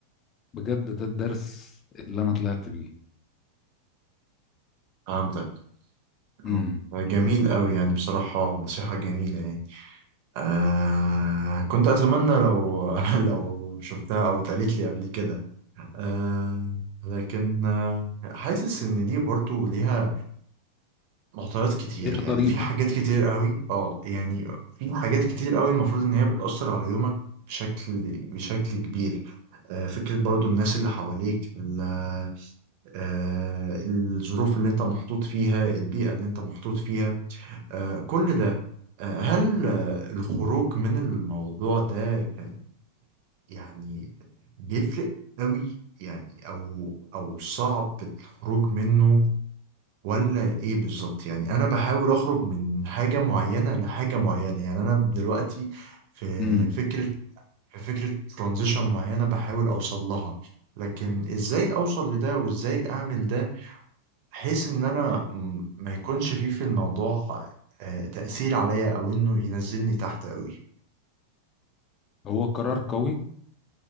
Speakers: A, on the left; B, on the right.
A: بجد ده الدرس اللي انا طلعت بيه
B: فهمتك
A: امم
B: آه، جميل قوي يعني بصراحة نصيحة جميلة يعني آه كنت أتمنى لو <laughs> لو شفتها أو اتقالت لي قبل كده آه لكن آه حاسس إن دي برضو ليها معطيات كتير
A: ليها
B: يعني
A: ضريبة
B: في حاجات كتير قوي اه يعني في حاجات كتير قوي المفروض إن هي بتأثر على يومك بشكل بشكل كبير آه، فكرة برضو الناس اللي حواليك ال- آه، الظروف اللي انت محطوط فيها البيئة اللي انت محطوط فيها آه، كل ده آه، هل
A: مم.
B: آه، الخروج من الموضوع ده كان يعني بيفرق قوي يعني او او صعب الخروج منه ولا ايه بالظبط يعني انا بحاول اخرج من حاجة معينة لحاجة معينة يعني انا دلوقتي في
A: امم
B: فكرة في فكرة ترانزيشن معينة بحاول اوصل لها لكن ازاي اوصل لده وازاي اعمل ده بحيث ان انا م- ما يكونش فيه في الموضوع آه، تأثير عليا او انه ينزلني تحت قوي
A: هو قرار قوي